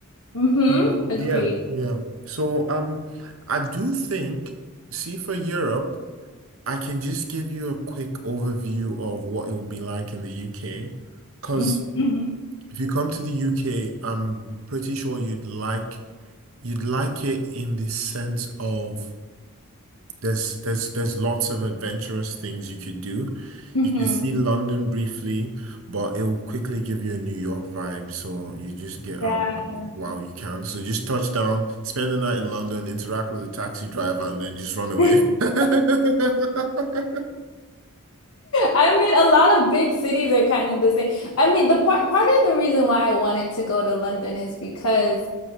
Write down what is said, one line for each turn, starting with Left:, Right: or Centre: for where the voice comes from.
Left: hmm
Right: So,
Left: Agreed.
Right: yeah, yeah. So um I do think, see for Europe, I can just give you a quick overview of what it will be like in the UK. Because
Left: hmm hmm
Right: if you come to the UK, I'm pretty sure you'd like You'd like it in the sense of there's there's there's lots of adventurous things you could do.
Left: hmm
Right: You could see London briefly, but it will quickly give you a New York vibe. So you just get
Left: Yeah.
Right: out while you can. So just touch down, spend the night in London, interact with the taxi driver, and then just run away.
Left: <laughs>
Right: <laughs>
Left: I mean, a lot of big cities are kind of the same. I mean, the part part of the reason why I wanted to go to London is because